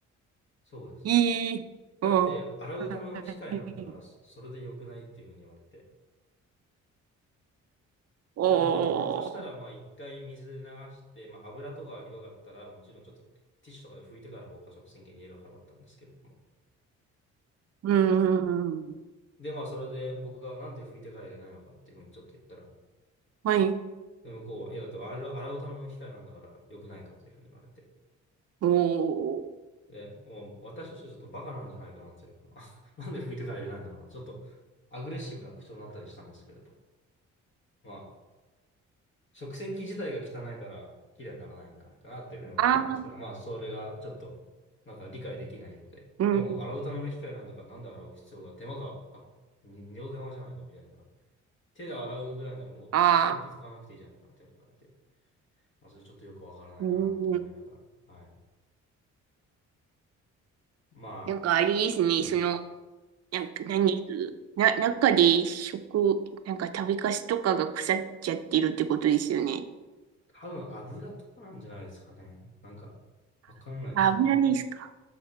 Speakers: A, on the left; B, on the right.
A: そうです。
B: えー、
A: だって洗うための機械なんだからそれで良くないっていうふうに言われて。
B: おー。はい。おー。
A: でもまあ僕としたらまあ一回水で流して、まあ油とかがひどかったらもちろんちょっとティッシュとかで拭いてから僕は食洗機に入れる払ったんですけれども。
B: うーん。
A: でまあそれで僕がなんで拭いてから入れないのかっていうふうにちょっと言ったら、
B: はい。
A: で向こうは、いやだって洗う、洗うための機械なんだから良くないかというふうに言われて。
B: おー。
A: で、もう私としてはちょっとバカなんじゃないかなというか <laughs> なんで拭いてから入れないんだろうな。ちょっとアグレッシブな口調になったりしたんですけれど。まあ食洗機自体が汚いから綺麗にならないんじゃないかなっていうふうに思ってたんですけど、
B: あ
A: まあ、それがちょっと、なんか理解できないようで。
B: ー、うん。
A: でも、洗うための機械なんだから、なんで洗う必要が、手間が、あ、に二度手間じゃないかみたいに言われて。手で洗うぐらいならもう食洗機使わなくていいじゃないかみたいに言われて。
B: あー。
A: まあ、それちょっとよくわからないなと思いながら。
B: うん
A: はい。ま
B: なんかあれですね、
A: あ、はい
B: その、なんか何です、な、中で食、なんか食べかすとかが腐っちゃってるってことですよね。
A: 多分油とかなんじゃないですかね。なんか、わかんないですね。
B: あ、油ですか。